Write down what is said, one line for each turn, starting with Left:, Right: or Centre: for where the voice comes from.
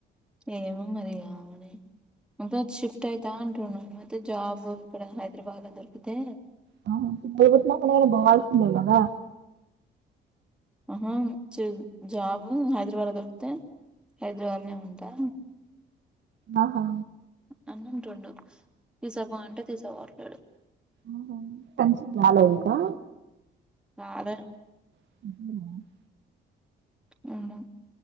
Centre: ఏమో మరి ఆమెనే షిఫ్ట్ అయితా అంటుండు మరి జాబ్ ఇక్కడ హైదరాబాద్ లో దొరికితే
Right: <unintelligible> బోవాల్సిందే కదా
Centre: ఆహా జాబ్ హైదరాబాద్లో దొరికితే హైదరాబాద్నే ఉంటా
Right: ఆహా
Centre: అన్నంటుండు తీసకపో అంటే తీసా పోట్లేడు
Right: ఆహా కన్సీవ్ కాలే ఇంకా
Centre: కాలే
Right: అ
Centre: అవునా